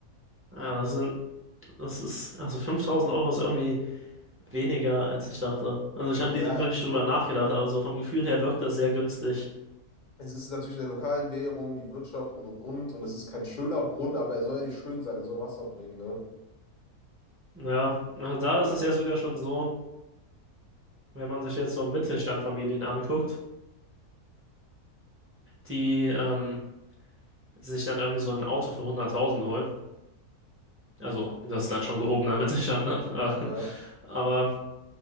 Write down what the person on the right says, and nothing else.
Ja, das sind, das ist, also 5000 Euro ist irgendwie Weniger, als ich dachte. Also ich habe
nie wirklich drüber nachgedacht, aber so vom Gefühl her wirkt das sehr günstig.
Naja, also da ist es ja sogar schon so, wenn man sich jetzt so Mittelstandfamilien anguckt, die ähm, sich dann irgendwie so ein Auto für 100.000 holen. Also das ist dann schon gehobener Mittelstand. ne?
<laughs> Aber